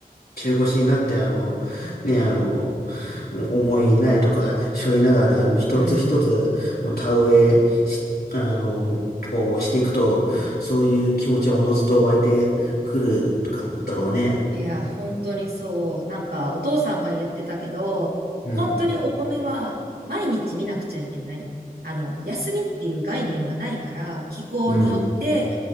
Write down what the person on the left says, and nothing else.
中腰になって、あの、ね、あの、重い苗とか背負いながら、一つ一つ、
まあ、田植えし、あの、をしていくと、そういう気持ちはおのずと湧いてくるかもだろうね。
うん、
うん、